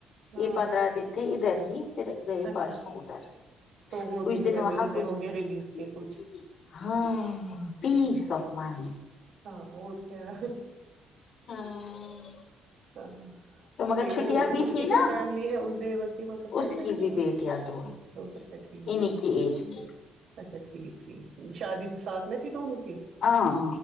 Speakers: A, on the right; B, on the left.
A: ہاں
B: یہ پندرہ دن تھے ادھر ہی پھر گئے
A: اچھا
B: پرسوں ادھر
A: تو وہ
B: کچھ دن
A: تمہیں
B: وہاں
A: ملتے
B: کچھ
A: ہوں
B: دن
A: گے ریلیف کے کچھ
B: ہاں پیس
A: ہاں
B: آف مائنڈ
A: ہاں اور کیا
B: ہاں
A: ہاں
B: تو مگر
A: یہ
B: چھٹیاں
A: وہ
B: بھی
A: اس
B: تھی
A: کی کیا
B: نا
A: فیملی ہے اس دیور کی مطلب کیا
B: اس
A: فیملی
B: کی بھی بیٹیاں ہیں
A: دو اچھا ٹھیک
B: انہیں کی ایج کی
A: اچھا ٹھیک ٹھیک شادی ساتھ میں تھی دونوں کی
B: ہاں ہاں ہم